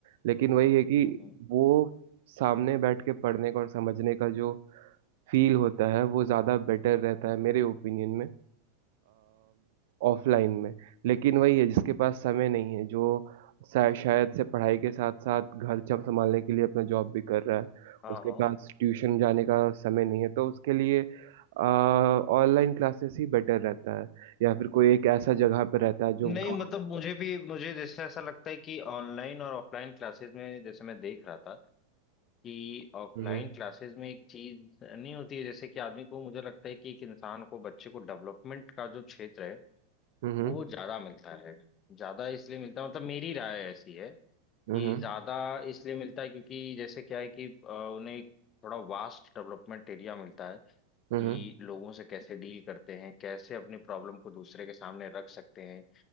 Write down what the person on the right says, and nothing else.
लेकिन वही है कि
वो सामने बैठ के पढ़ने का और समझने का जो फील होता है वो ज़्यादा बेटर रहता है मेरे ओपिनियन में ऑफलाइन
में लेकिन वही है जिसके पास समय नहीं है जो शा- शायद से पढ़ाई के साथ साथ घर जब संभालने के लिए अपना जॉब भी कर रहा है
उसके
पास ट्यूशन जाने का समय नहीं है तो उसके लिए ऑनलाइन क्लासेस ही बेटर रहता है या फिर कोई एक ऐसा जगह पर रहता है जो
गाँव
हम्म
हम्म
हम्म
हम्म